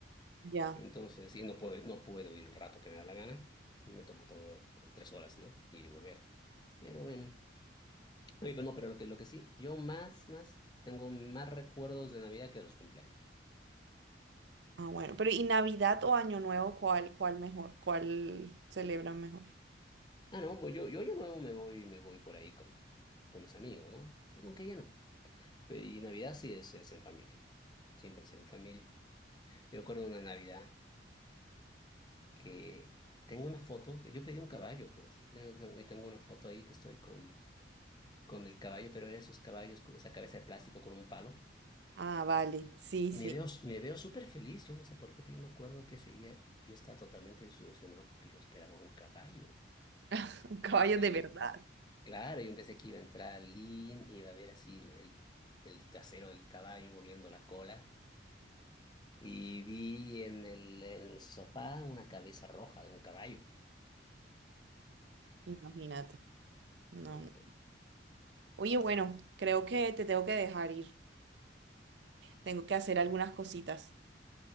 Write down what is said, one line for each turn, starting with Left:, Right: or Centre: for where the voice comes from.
Right: ya.
Left: Entonces, sí, no puedo, no puedo ir el rato que me da la gana. Me toma todo tres horas, ¿no? Ir Y volver. Pero bueno. Oye, pero no, pero lo que, lo que sí, yo más, más, tengo más recuerdos de Navidad que de los cumpleaños.
Right: Ah, bueno. Pero ¿y Navidad o Año Nuevo, cuál, cuál mejor? ¿Cuál celebran mejor?
Left: Ah, no, pues yo, yo, yo luego me voy, me voy por ahí con, con mis amigos, ¿no? Pues no, que ya no. Pero y Navidad sí es, es en familia. Siempre ha sido en familia. Yo recuerdo una Navidad que tengo una foto, yo pedí un caballo, pues. Yo tengo, yo tengo una foto ahí que estoy con, con el caballo, pero era esos caballos, con esa cabeza de plástico con un palo.
Right: Ah, vale. Sí,
Left: Y
Right: sí.
Left: me veo, me veo súper feliz, yo no sé por qué, pero yo me acuerdo que ese día yo estaba totalmente desilusionado porque yo esperaba un caballo.
Right: <laughs> Caballos
Left: Y
Right: de verdad.
Left: claro, yo pensé que iba a entrar Lin, iba a ver así el, el trasero del caballo moviendo la cola. Y vi en el, el sofá una cabeza roja de un caballo.
Right: Imagínate. No,
Left: Mm,
Right: no. Oye, bueno, creo que te tengo que dejar ir. Tengo que hacer algunas cositas.